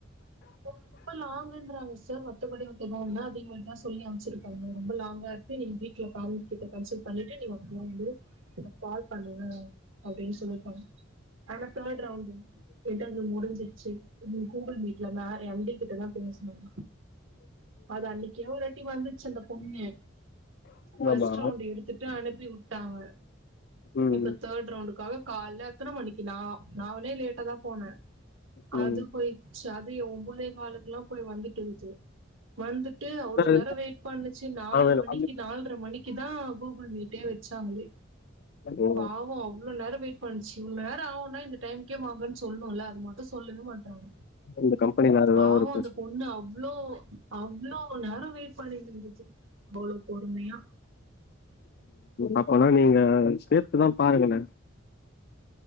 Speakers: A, on the right; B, on the left.
A: ரொம்ப லாங்குன்றாங்க சார் மத்தபடி நோன அதே மாரிதா சொல்லி அமைச்சிருக்காங்க ரொம்ப லாங்கா. நீங்க வீட்டுல ஃபேமிலி கிட்ட கன்சல்ட் பண்ணிட். டின்னு நீ வொர்க் போ. எனக்கு கால் பண்ணுங்க அப்படின்னு சொல்லிருப்பாங்க. ஆனா தோர்டு ரவுண்டு இன்டர்வியூ முடிஞ்சிருச்சு. இனி கூகுள் மீட்லதா எம் டி கிட்டதா பேசனுமே. அது அன்னிக்கே ஒரு வாட்டி வந்துச்சு அந்தப். பொண்ணு ஃபஸ்ட்
B: ஆமா.
A: ரவுண்ட் எடு. த்துட்டு அனுப்பிவுட்டாங்க.
B: ம்.
A: இப்ப தோர்ட் ரவுண்டுக்காக கால்ல எத்தன மணிக்குனா நானே லேட்டாதா போன.
B: ம்.
A: அது போயிருச்சு அது ஒன்பதே காலுக்கெல்லா போய் வந்துட்டு இருந்துச்சு. வந்துட்டு அவ்வளவு
B: அது
A: நேரோ வெயிட் பண்ணுச்சு நாலு
B: ஆ வேணும்.
A: மணிக்கு நால்ர மணிக்குதா கூ. <unintelligible> வீட்டே வி சாலி
B: ஓ!
A: பாவொ அவ்ளோ நேர வெயிட் பண்ச்சு இவ்ள நேரொ ஆவுன்னா இந்த டைம்கே வ வாங்கன் சொல்னுல்ல அது மட்டு சொல்லவே மாட்றாங்க
B: இந்த கம்பெனில அதுதான்
A: பாவொ
B: ஒரு பிரச்சன.
A: அந்த பொண்ணு அவ்ளோ அவ்ளோ நேரொ வெயிட் பண்ணிட்ருந்துச்சு அவ்ளொ பொறுமையா
B: அப்பனா நீங்க சேத்துதா பாருங்களே